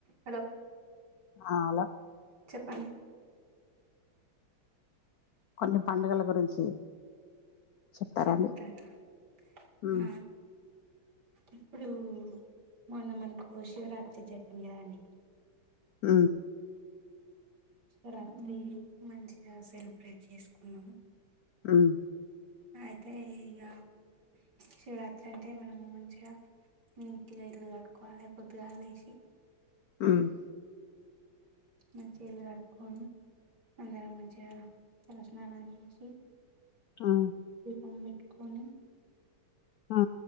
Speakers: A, on the right; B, on the left.
A: Hello
B: ఆ అలా
A: చెప్పండి
B: కొన్ని పండుగల గురించి చెప్తారాండి
A: చెప్తారా
B: ఉమ్
A: అ ఇప్పుడు మొన్న మనకు శివరాత్రి జరిగింది కదాండి
B: ఆ
A: శిరాత్రి మంచిగా సెలబ్రేట్ చేసుకున్నాము
B: హ్మ్మ్
A: అయితే ఇక శివరాత్రి అంటే మనం మంచిగా నీట్గా ఇల్లు కాడుకోవాలి పొద్దుగాలే లేసి
B: ఉమ్
A: మంచి ఇలుు కడుక్కకొని అందరం మంచిగా తలస్నానాలు చేసి
B: ఉమ్
A: అంబెట్కని
B: ఆ